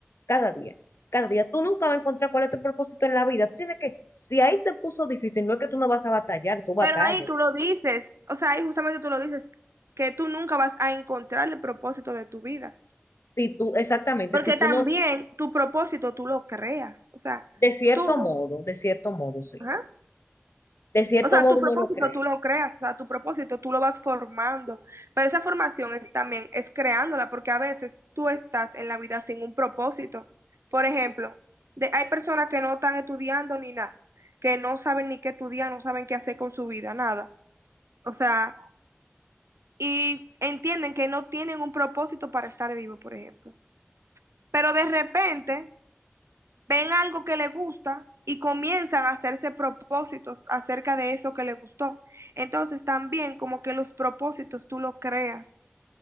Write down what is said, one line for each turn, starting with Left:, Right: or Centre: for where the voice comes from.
Left: cada día, cada día. Tú nunca vas a encontrar cuál es tu propósito en la vida. Tú tienes que, si ahí se puso difícil, no es que tú no vas a batallar, tú batallas.
Right: Pero ahí tú lo dices, o sea, ahí justamente tú lo dices, que tú nunca vas a encontrar el propósito de tu vida,
Left: Si tú, exactamente,
Right: porque
Left: si tú
Right: también
Left: no,
Right: tu propósito tú lo creas, o sea,
Left: de cierto
Right: tú,
Left: modo, de cierto modo, sí.
Right: ajá.
Left: De cierto
Right: O sea,
Left: modo
Right: tu propósito
Left: uno lo crea.
Right: tú lo creas, o sea, tu propósito tú lo vas formando, pero esa formación es también, es creándola, porque a veces tú estás en la vida sin un propósito. Por ejemplo, de- hay personas que no están estudiando ni nada, que no saben ni qué estudiar, no saben qué hacer con su vida, nada. O sea, y entienden que no tienen un propósito para estar vivo, por ejemplo. Pero de repente ven algo que le gusta y comienzan a hacerse propósitos acerca de eso que le gustó. Entonces también como que los propósitos tú los creas